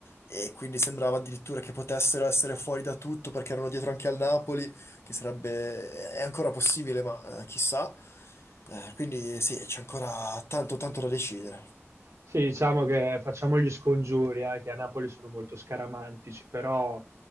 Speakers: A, on the left (about 65°); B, on the right (about 75°).
A: e quindi sembrava addirittura che potessero essere fuori da tutto perché erano dietro anche al Napoli che sarebbe, è ancora possibile, ma eh, chissà. Eh, quindi sì, c'è ancora tanto, tanto da decidere.
B: Sì, diciamo che facciamo gli scongiuri, eh, che a Napoli sono molto scaramantici, però